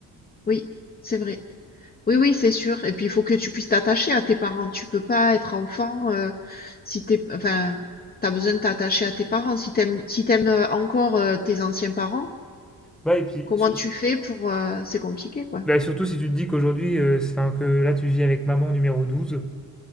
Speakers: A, on the left; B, in the centre.
A: Oui, c'est vrai. Oui, oui, c'est sûr. Et puis, il faut que tu puisses t'attacher à tes parents. Tu peux pas être enfant euh, si t'es, enfin, t'as besoin de t'attacher à tes parents. Si t'aimes, si t'aimes euh, encore euh, tes anciens parents,
B: Bah, et puis,
A: comment
B: su-
A: tu
B: su-
A: fais pour, euh, c'est compliqué, quoi.
B: bah, surtout si tu te dis qu'aujourd'hui, euh, c'est- enfin, que là, tu vis avec maman numéro 12.